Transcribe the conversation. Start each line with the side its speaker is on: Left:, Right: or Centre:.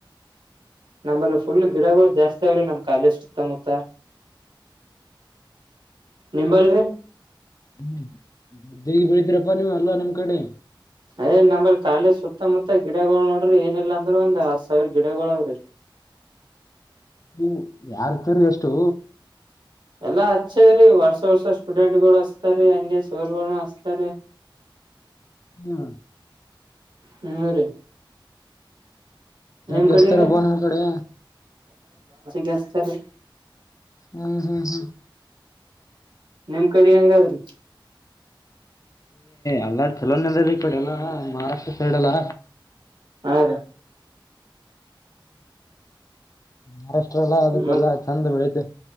Right: ನಮ್ಮನ್ನು ಫುಲ್ ಗಿಡಗಳು ಜಾಸ್ತಿ ಆಗ್ರಿ ನಮ್ ಕಾಯಲೆಷ್ಟತ್ತ ಮೂತ ನಿಂಬಲ್ರಿ
Left: ಹ್ಮ್ದ್ದಗ ಬೆಳಿದ್ರಪ್ಪಾ ನೀವ ಅಲ್ಲ ನಿಮ್ ಕಡೆ
Right: ಅಯ ನಂಬರ್ ಕಾಲಿ ಸುತ್ತಮುತ್ತ ಗಿಡಗಳು ನೋಡ್ರಿ ಏನಿಲ್ಲ ಅಂದ್ರ ಒಂದ್ ಹತ್ ಸಾವಿರ ಗಿಡಗಳ ಅವ್ರೀ
Left: ಹ್ಮ ಯಾರ್ತರಿ ಎಷ್ಟು
Right: ಎಲ್ಲಾ ಹಚ್ಚೇ್ರರಿ ವರ್ಷ ವರ್ಷ ಸ್ಟೂಡೆಂಟ್ಗಳು ಅತಾರಿೀ ಹಂಗಗೆ ಸರು ಹಸ್ತಾರಿ
Left: ಹ್ಮ
Right: ಹ್ಮ ರೀ ನಿಮ್
Left: ಗಸ್ತಾರ
Right: ಕಡೆ ರೀ
Left: ಅಬ ನಿಮ್ಮ್ ಕಡೆ
Right: ಗೆಸ್ತಾರೆ
Left: ಹ್ಮ್ ಹ್ಮ್ ಹ್ಮ್
Right: ನಿಮ್ ಕಡೆ ಹೆಂಗಾದ್ರಿ
Left: ಅಲ್ಲ ಚಲೋನ ಹಳ್ಳ ಕಡೆ ಎಲ್ಲ ಮಹಾರಾಷ್ಟ್ರ ಸೈಡ್ ಎಲ್ಲಾ
Right: ಹದ
Left: ಮಹಾರಾಷ್ಟ್ರ ಎಲ್ಲ ಅದಕ್ಕೆಲ್ಲಾ
Right: ಮತ್
Left: ಚಂದ ಬೆಳಿತ